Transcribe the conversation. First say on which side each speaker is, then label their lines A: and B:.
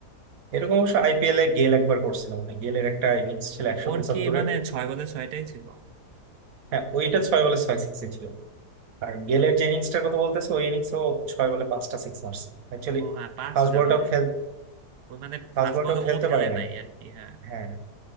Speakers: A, on the right (about 60°); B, on the right (about 75°).
A: এরকম অবশ্য আইপিএল এ গেল একবার করছিলাম মানে গেলের একটা ইনিংস ছিল একশো
B: ওর
A: পঁচাত্তরের
B: কি মানে ছয় বলে ছয়টাই ছিল
A: হ্যাঁ ওইটা ছয় বলে ছয় সিক্স ছিল আর গেলের যে ইনিংসটার কথা বলতেছে ওই ইনিংসও ছয় বলে পাঁচটা সিক্স মারছিল অ্যাকচুয়ালি
B: ও হ্যাঁ পাঁচটা
A: ফার্স্ট বলটাও
B: মানে
A: খেল
B: ওই মানে
A: ফার্স্ট
B: ফার্স্ট
A: বলটাও
B: বলে
A: খেলতে
B: ও খেলে
A: পারে নাই
B: নাই আর কি হ্যাঁ
A: হ্যাঁ